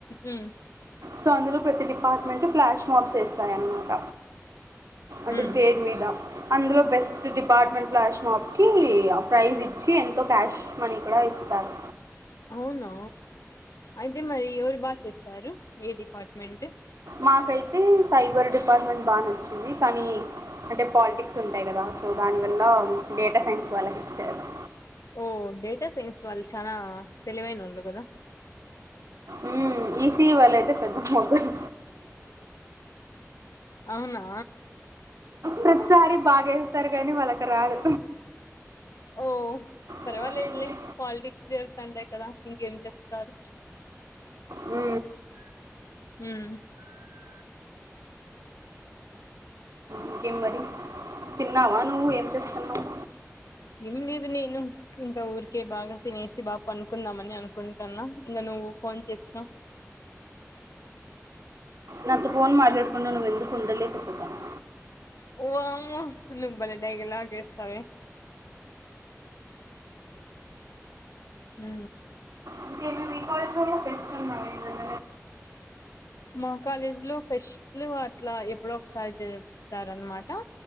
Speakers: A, on the left; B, on the right.
A: ఉమ్
B: సో అందులో ప్రతి డిపార్ట్మెంట్ ఫ్లాష్ మప్స్ వస్తాయన్నమాట అంటే
A: ఉమ్
B: స్టేజ్ మీద అందులో బెస్ట్ డిపార్ట్మెంట్ ఫ్లాష్ మాప్ కి ప్రైజ్ ఇ సి ఎంతో క్యాష్ మనీ కూడా ఇస్తారు
A: అవునా అయితే మరి ఎవరు బాగా చేస్తారు ఏ డిపార్ట్మెంట్
B: మాకైతే సైబర్ డిపార్ట్మెంట్ బాగా నచ్చింది కానీ అంటే పాలిటిక్స్ ఉంటాయి కదా సో దానివల్ల డేటా సైన్స్ వాళ్రా చెరడి
A: ఓ డేటా సైన్స్ వాళ్ళు చాలా తెలివైన వాళ్ళు కదా
B: ఉ ఈసీ వాళ్ళయితే పెద్ద మొక్కలు
A: అవునా
B: ప్రతిసారి బాగాేస్తారు కానీ వాళ్ళకి రదు
A: ఓ పర్వాలేద్లే
B: పర్వాలేదులే.
A: పాలిటిక్స్ జతుండే కదా ఇంకేం చేస్తారు
B: ఉ
A: ఉమ్
B: ఇంకేం మరి తిన్నావా నువ్వు ఏం చేస్తాన్నావు
A: ఏం లేదు నేను ఇంకా ఊరికే బాగా తినేసి బాగా పనుకుందాంమని అనుకుంటి ఇంకా నువ్వు ఫోన్ చేసావు
B: నాతో ఫోన్ మాట్లాడకుండా నువ్వు ఎందుకు ఉండలేకపోతాన్నావ్
A: వామ్మో నువ్ భలే డైలాగ్ వేస్తావే హ
B: అంటే మేము ఈ కళ కూడా పెలుస్తున్నాం ఏదద
A: మా కాలేజీ లో ఫెస్ట్లు అట్లా ఎప్పుడో ఒకసారి జరుపుతారు అనమాట